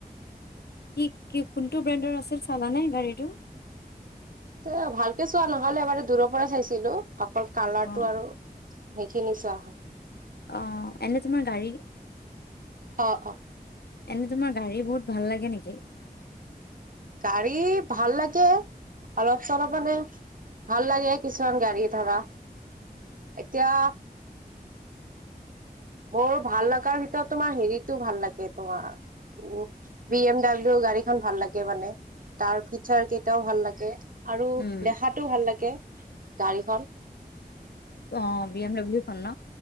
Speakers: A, on the left; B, on the right.
A: কি- কি- কোনটো ব্ৰেণ্ডৰ আছিল চালানে গাড়ীটো?
B: এ ভালকে চোৱা নহলে বাৰু। দূৰৰ পৰা চাইছিলোঁ, অকল কালাৰটো
A: অ',
B: আৰু। সেইখিনি চোৱা হ'ল।
A: অ' এনে তোমাৰ গাড়ী,
B: অ অ
A: এনে তোমাৰ গাড়ী বহুত ভাল লাগে নেকি?
B: গাড়ী ভাল লাগে। অলপ-চলপ মানে, ভাল লাগে কিছুমান গাড়ী, ধৰা এতিয়া
A: <inaudible>
B: মোৰ ভাল লগাৰ ভিতৰত তোমাৰ হেৰিটো ভাল লাগে তোমাৰ উ বি এম ডাব্লিউ গাড়ীখন ভাল লাগে মানে, তাৰ ফিচাৰ কেইটাও ভাল লাগে। আৰু
A: উম,
B: দেখাটো ভাল লাগে গাড়ীখন।
A: অ বি এম ডাব্লিউ খন ন,